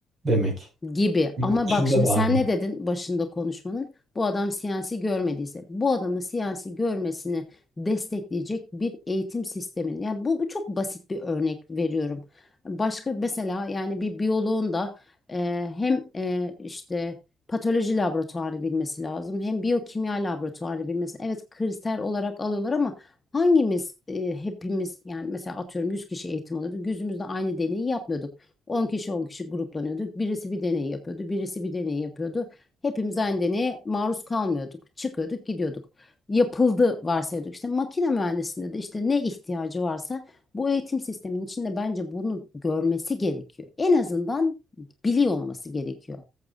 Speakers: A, on the right; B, on the left.
A: demek.
B: gibi.
A: Yurt
B: Ama
A: dışında
B: bak şimdi
A: da
B: sen
A: aynı.
B: ne dedin başında konuşmanın? Bu adam siyasi görmediyse, bu adamın siyasi görmesini destekleyecek bir eğitim sistemini. Yani bu, bu çok basit bir örnek veriyorum. Başka mesela yani bir biyoloğun da e, hem e, işte patoloji laboratuvarı bilmesi lazım, hem biyokimya laboratuvarı bilmesi. Evet kriter olarak alıyorlar ama hangimiz e, hepimiz yani mesela atıyorum 100 kişi eğitim alıyordu. Yüzümüzde aynı deneyi yapmıyorduk. 10 kişi 10 kişi gruplanıyorduk. Birisi bir deney yapıyordu, birisi bir deney yapıyordu. Hepimiz aynı deneye maruz kalmıyorduk. Çıkıyorduk, gidiyorduk. Yapıldı varsayıyorduk. İşte makine mühendisliğinde de işte ne ihtiyacı varsa bu eğitim sisteminin içinde bence bunu görmesi gerekiyor. En azından biliyor olması gerekiyor.